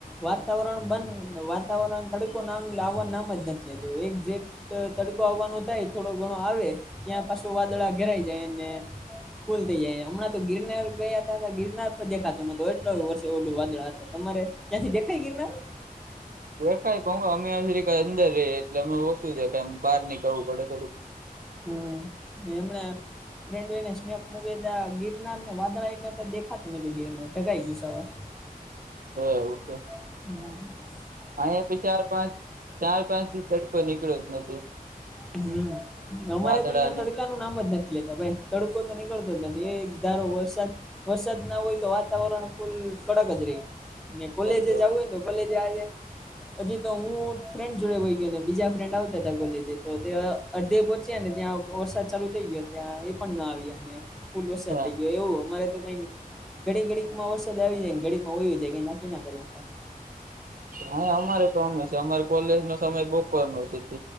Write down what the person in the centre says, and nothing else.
વાતાવરણ બંધ વાતાવરણ તડકો નામ લાવવા નામ જ નથી લેત એક જે તડકો આવવાનો થાય થોડો ઘણો આવે ત્યાં પાછું વાદળા ઘેરાઈ જાય ને. ફૂલ થઇ જાય હમણાં તો ગિરનાર ગયા તા ગિરનાર પર દેખાતતો નતો એટલા વર્ષે ઓલું વાદળા હતા તમારે. ત્યાંથી દેખાય ગીરનાર.
હ ને હમણાં. ફ્રેન્ડોને સ્નેપ મૂકે ગિરનાર ને વાદળા એટલે દેખાતું નહતું ગિરનાર ઢંકાઈ ગયું છે હવે.
યસ.
હમ અમારે
તો અહિયાં
તડકા નું નામ જ નથી લેતા ભાઈ તડકો તો નીકળતો જ નથી એક ધારો વરસાદ વરસાદ ના હોય તો વાતાવરણ ફૂલ કડક જ રેય. ને કોલેજે
જવું હોયને તો કોલેજે આજે હજી તો હું ફ્રેન્ડ જોડે વઈ ગયો ને બીજા ફ્રેન્ડ આવતા હતા કોલેજ તો તે અડધે પોત પચ્યા ને ત્યાં વરસાદ ચાલુ થઈ ગયો ત્યાં એ પણ ના આવ્યા ને ફૂલ વરસાદ
થઈ ગયો એવું અમારે તો કઈ ઘડી ઘડી માં વરસાદ આવી જાય ઘડી માં હોઈ જાય કઈ નાકી ના કરવી.